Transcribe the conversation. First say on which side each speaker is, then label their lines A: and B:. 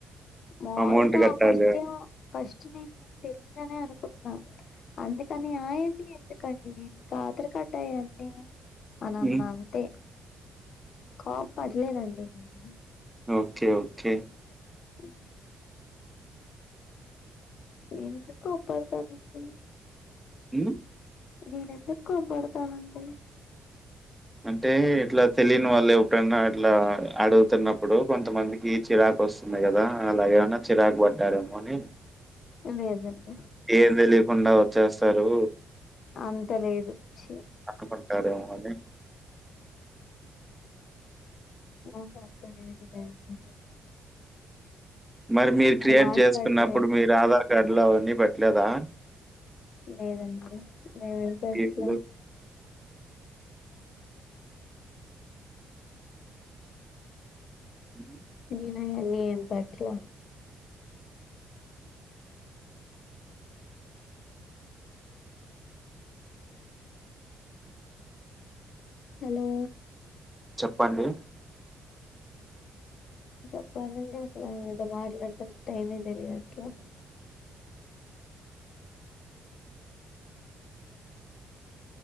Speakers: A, on the left; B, in the centre.
A: మాములుగా
B: అమౌంట్ కట్టాలి
A: ఫస్ట్ టైమ్ ఫస్ట్ నేను మీకు తెలీదునే అనుకున్నా అందుకని ఆ ఏంటి ఎందుకు కండి మీకు ఆత్రరి కట్టాయండి అని అన్న
B: ఉమ్,
A: అంతే కోపలేదండి నేను
B: ఓకే ఓకే
A: ఉ ఎందుకు కోపడతానండి
B: హ్మ్
A: నేను ఎందుకు కోపడతానండి
B: అంటే ఇట్లా తెలియని వాళ్ళు ఎప్పుడనా అట్లా అడుగుతున్నప్పుడు కొంతమంది కి చిరాకు వస్తుంది కదా అలాగేమన్నా చిరాకు పడ్డారేమో అని
A: లేదండి
B: ఏం తెలియకుండా వచ్చేస్తారు
A: అంత లేదు ఛీ
B: అనుకుంటారేమో అని
A: మ్ హు తెలియదులేండి
B: మరి మీరు క్రియేట్
A: మాట్లాడటమే
B: జేసుకున్నప్పుడు మీరదా గట్లావన్నీ పెట్టలేదా
A: లేదండి మేమయితే
B: కేకులు
A: ఎట్ల
B: మేమ్
A: నేనాయన్నీ ఏం పట్లా హలో
B: చెప్పండి
A: చెప్పాలండి అసలు మీతో మాట్లాడుతుంటే టైమే తెలియట్ల